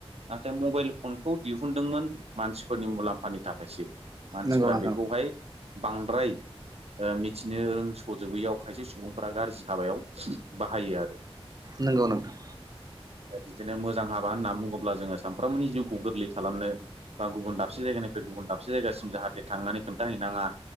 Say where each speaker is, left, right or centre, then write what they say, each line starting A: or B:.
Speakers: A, on the right (about 85°); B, on the right (about 40°).
A: नाथाय मबाइल फनखौ दिहुनदोंमोन मानसिफोरनि मुलाम्फानि था खायसो मानसिफ्रा
B: नंगौ
A: बेखौहाय बांद्राय ओ मिथिनो रोंस'जोबैयाव खायसे सुबुंफोरा गाज्रि हाबायाव बाहायो आरो
B: नंगौ नोंथां
A: बिदिनो मोजां हाबा होनना बुङोब्ला जोङो सानफ्रोमबोनि जिउखौ गोरलै खालामनो बा गुबुन दाबसे जायगानि दाबसे जायगासिम जाहाथे थांनानै खोन्थाहैनाङा